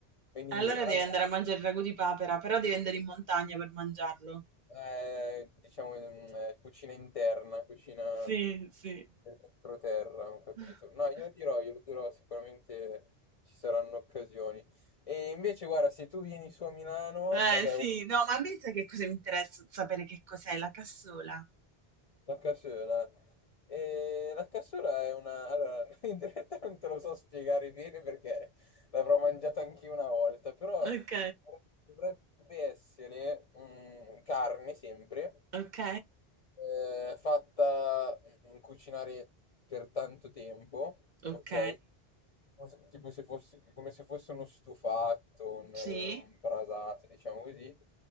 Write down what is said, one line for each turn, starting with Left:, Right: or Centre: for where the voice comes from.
Left: Quindi,
Right: Allora
Left: rag-
Right: devi andare a mangiare il ragù di papera, però devi andare in montagna per mangiarlo.
Left: eh, diciamo, mm, eh, cucina interna, cucina
Right: Sì, sì.
Left: dell'entroterra, ho capito.
Right: <laughs>
Left: No, io lo dirò, io lo dirò, sicuramente ci saranno occasioni. E invece, guarda, se tu vieni su a Milano,
Right: Eh
Left: vabbè,
Right: sì, no, ma a me sai che cosa mi interessa sapere che cos'è la cassola.
Left: La cassola. E la cassola è una... Allora, <laughs> in realtà non te lo so spiegare bene perché l'avrò mangiata anche una volta, però
Right: Ok.
Left: dovrebbe essere mm, carne sempre,
Right: Ok,
Left: eh, fatta mm, cucinare per tanto tempo,
Right: ok,
Left: ok? Come se- Tipo se fosse, come se fosse uno stufato, un,
Right: sì,
Left: un brasato, diciamo così